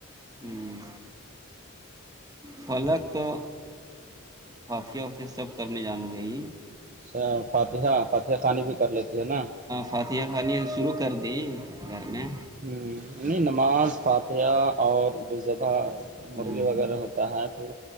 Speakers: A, on the right; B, on the right.
A: ہوں فلک تو پسیا وتیا سب کرنے جان گی
B: اچھا فاتحہ فاتحہ خانی بھی کر لیتی ہے نا
A: پاتیاں کھانانی شروع کر دی گھر میں
B: یعنی نماز فاتحہ اور جوذبح
A: ہاں
B: مرغی وغیرہ ہوتا ہے تو